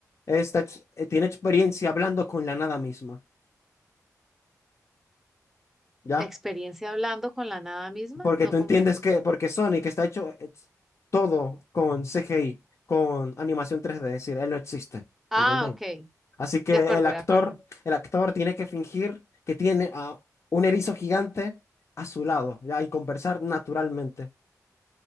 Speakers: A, on the left; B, in the centre.
A: esta ex- eh, tiene experiencia hablando con la nada misma. ¿Ya?
B: Experiencia hablando con la nada misma,
A: Porque
B: no
A: tú
B: comprendo.
A: entiendes que, porque Sonic está hecho eh, todo con CGI, con animación 3D, es decir, él no existe,
B: Ah,
A: ¿entendéis?
B: ok,
A: Así que
B: de acuerdo,
A: el actor,
B: de acuerdo.
A: el actor tiene que fingir que tiene a un erizo gigante a su lado, ¿ya? Y conversar naturalmente.